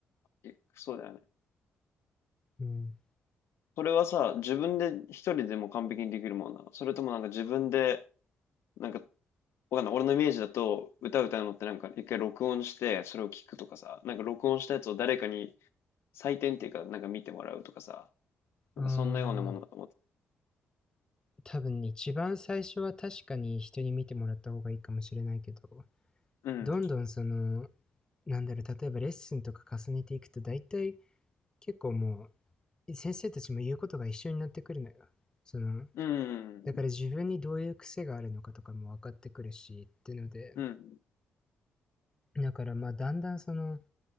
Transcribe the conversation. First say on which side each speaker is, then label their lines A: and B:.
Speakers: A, on the left (about 75°); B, on the left (about 15°).
A: えそうだよね。
B: うん
A: それはさ、自分で一人でも完璧にできるもんなの。それともなんか自分で、なんか、わかんない。俺のイメージだと、歌歌うのってなんか一回録音して、それを聞くとかさ、なんか録音したやつを誰かに採点っていうか、なんか見てもらうとかさ、なんかそんなようなものだと思って。
B: あん多分一番最初は確かに人に見てもらった方がいいかもしれないけど
A: うん。
B: どんどんそのなんだろう例えばレッスンとか重ねていくと大体結構もう先生たちも言うことが一緒になってくるのよ。その、
A: うん。
B: だから自分にどういう癖があるのかとかも分かってくるし、っていうので、
A: うん。
B: だからまあだんだんその